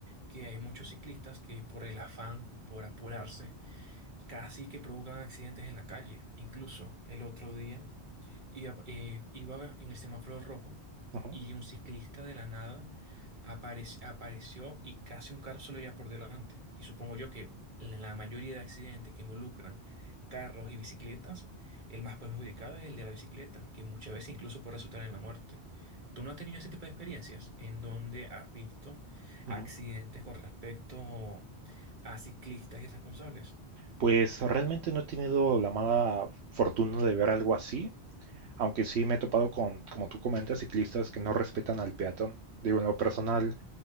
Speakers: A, on the right; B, on the right.
A: que hay muchos ciclistas que por el afán, por apurarse, casi que provocan accidentes en la calle. Incluso el otro día iba, eh, iba en el semáforo rojo
B: Ujú.
A: y un ciclista de la nada aparec- apareció y casi un carro se lo lleva por delante. Y supongo yo que en la mayoría de accidentes que involucran carros y bicicletas, el más perjudicado es el de la bicicleta, que muchas veces incluso puede resultar en la muerte. ¿Tú no has tenido ese tipo de experiencias en donde has visto
B: Ujú.
A: accidentes con respecto a ciclistas irresponsables?
B: Pues realmente no he tenido la mala fortuna de ver algo así, aunque sí me he topado con, como tú comentas, ciclistas que no respetan al peatón. Digo, en lo personal,